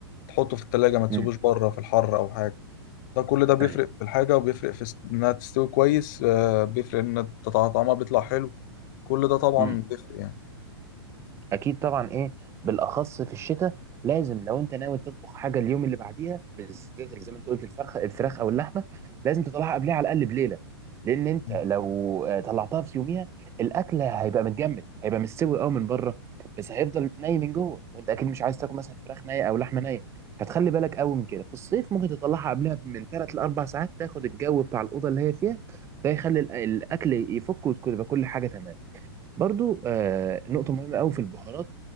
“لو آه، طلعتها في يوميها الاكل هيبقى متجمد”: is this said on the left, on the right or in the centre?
Right